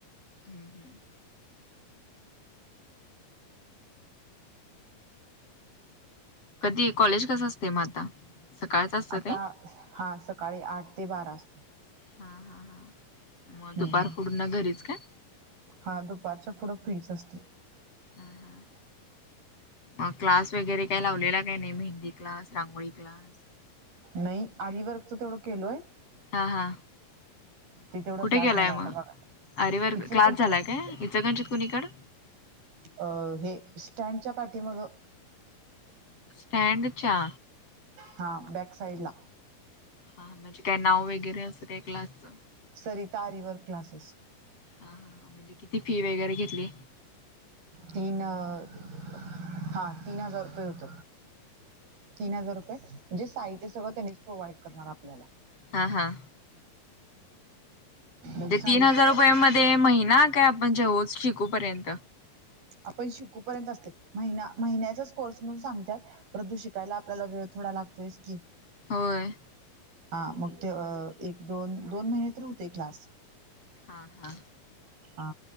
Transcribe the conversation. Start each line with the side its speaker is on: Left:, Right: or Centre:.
Left: हम्म हम्म कधीये कॉलेज? तसच सेम आता सकाळच असत
Right: आता
Left: ते.
Right: हा सकाळी आठ ते बारा असते
Left: हा हा हा मग
Right: हम्म
Left: दुपार पुर्ण घरीच काय?
Right: हा दुपारच्या पुढ फ्रीच असते. ह
Left: हा हा
Right: <inaudible>
Left: मग क्लास वगैरे काही लावलेला काही नाही मेहंदी क्लास, रांगोळी क्लास.
Right: नाही आरी वर्कच तेवढ केलोय.
Left: हां हां
Right: ते तेवढा
Left: कुठे
Right: क्लास
Left: केलाय
Right: झाला आता
Left: मग
Right: बघा
Left: आरीवर्क
Right: इचलकरंजीत
Left: क्लास झालाय काय? इचंण <unintelligible> कुणीकड
Right: अ हे स्टँडच्या पाठी माग‌
Left: स्टँडच्या.
Right: हा बॅक साईडला.
Left: हा म्हणजे काय नाव वगैरे अस काय क्लासच.
Right: सरीता आरीवर्क क्लासेस.
Left: हा हा म्हणजे किती फी वगैरे घेतली?
Right: तीन हा तीन हजार रुपये होत. तीन हजार रुपये म्हणजे साहित्य सगळ त्यांनीच प्रोव्हाइड करणार आपल्याला.
Left: हां हां म्हणजे
Right: मग साहित्य
Left: तीन हजार रुपया मध्ये महिना काय आपण जेव शिकूपर्यंत.
Right: आपण शिकूपर्यंत असते महिना महिन्याचा कोर्स म्हणून सांगत्यात. परंतू शिकायला आपल्याला वेळ थोडा लागतोयस की.
Left: होय.
Right: हा मग ते एक दोन दोन महिने तर होतय क्लास.
Left: हा हा
Right: हा